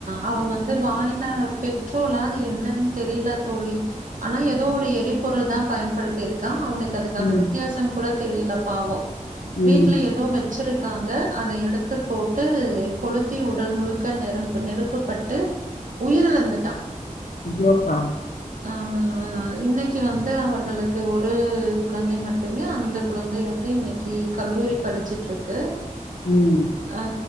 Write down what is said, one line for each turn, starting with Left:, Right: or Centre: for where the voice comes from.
Right: அவ வந்து வாயில பெட்ரோலா அது என்னன்னு தெரியல தோழி ஆனா ஏதோ ஒரு எரிபொருள் தா பயன்படுத்தி இருக்கா அவனுக் கதுக்கான
Left: ம்
Right: வித்தியாசம் கூட தெரியல பாவோ வீட்ல
Left: ம்
Right: ஏதோ வச் வச்சிருக்காங்க அத எடுத்து போட்டு கொளுத்தி உடல் முழுக்க நெரும்பு நெருப்பப்பட்டு உயிரிழந்துட்டா
Left: <unintelligible> பா
Right: ஆ இன்னைக்கு வந்து அவர்களுக்கு ஒரு குழந்தை மட்டுமே அந்த குழந்தை வந்து இன்னைக்கு கல்லூரி படிச்சுட்டு இருக்கு
Left: ம்
Right: ஆ